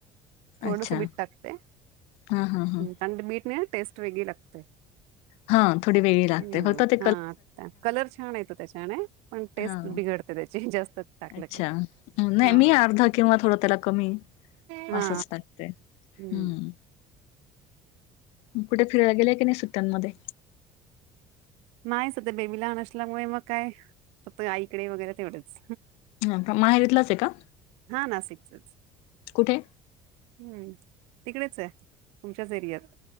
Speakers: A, on the right; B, on the left.
A: थोडस
B: अच्छा.
A: बीट टाकते,
B: हां, हां, हां.
A: कारण ते बीट ने टेस्ट वेगळी लागते
B: हा थोडी वेगळी लागते
A: हं.
B: होतात
A: हा आ कलर छान येतो त्याच्याने पण टेस्ट
B: हां.
A: बिघडते त्याची जास्त टाकलं
B: अच्छा.
A: क
B: नाही
A: हा
B: मी अर्धा किंवा थोडं त्याला कमी
A: हा
B: असंच टाकते.
A: हम्म.
B: हं. कुठे फिरायला गेले की नाही सुट्ट्यांमध्ये
A: नाही सध्या बेबी लहान असल्यामुळे मग काय फक्त आईकडे वगैरे तेवढेच
B: ह का माहेरातलंच आहे का?
A: हा नाशिकचच
B: कुठे?
A: हम्म. तिकडेच आहे तुमच्याच एरियात